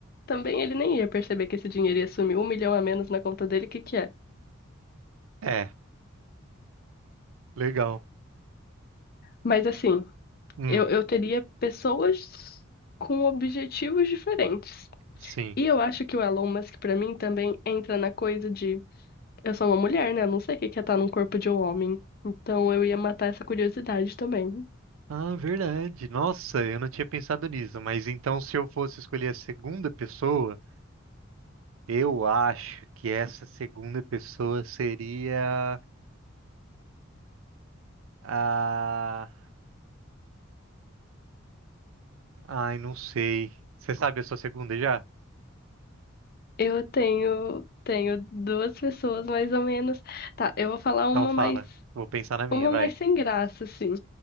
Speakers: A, on the left; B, on the right.
A: também ele nem ia perceber que esse dinheiro ia sumir um milhão a menos na conta dele, que que é?
B: é, legal.
A: Mas assim,
B: Hum,
A: eu, eu teria pessoas com objetivos diferentes.
B: sim.
A: E eu acho que o Elon Musk, pra mim, também entra na coisa de eu sou uma mulher, né? Eu não sei o que que é estar num corpo de um homem. Então eu ia matar essa curiosidade também.
B: Ah, verdade. Nossa, eu não tinha pensado nisso, mas então se eu fosse escolher a segunda pessoa, eu acho que essa segunda pessoa seria a. Ai, não sei. Você sabe a sua segunda já?
A: Eu tenho, tenho duas pessoas mais ou menos. Tá, eu vou falar
B: Então
A: uma
B: fala.
A: mais,
B: Vou pensar na minha,
A: uma
B: vai.
A: mais sem graça, assim.